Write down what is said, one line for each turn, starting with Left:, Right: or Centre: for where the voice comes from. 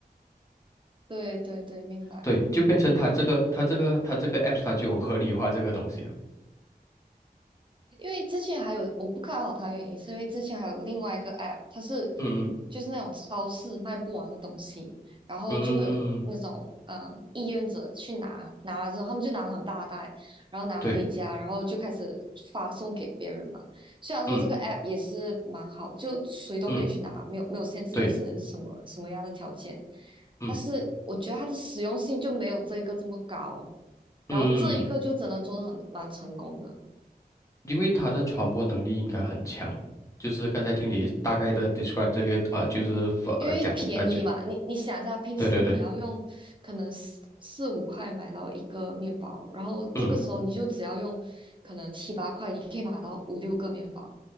Right: 对对对，明白明白。
Left: 对，就变成他这个他这个他这个 apps 它就有合理化这个东西了。
Right: 因为之前还有我不看好它的原因，是因为之前还有另外一个 app，它是
Left: 嗯
Right: 就是那种超市卖不完的东西，然后就会有那种嗯意愿者去拿，
Left: 嗯嗯，嗯
Right: 拿了之后他们就拿很大袋，然后拿回家，
Left: 对，
Right: 然后就开始发送给别人嘛。虽然说这个
Left: 嗯
Right: app 也是蛮好，就谁都可以去拿，
Left: 嗯
Right: 没有没有限制你是什么什么样的条件，
Left: 对，嗯
Right: 但是我觉得它的实用性就没有这一个这么高，
Left: 嗯。
Right: 然后这一个就真的做的很蛮成功的。
Left: 因为它的传播能力应该很强，就是刚才听你大概的 describe 这个啊、呃就是呃讲啊呃就
Right: 因为便宜嘛，你你想一下，平时你要用可能四四五块买到一个面包，
Left: 对对对，
Right: 然后这个时候你就只要用可能七八块，
Left: 嗯，
Right: 你可以买到五六个面包，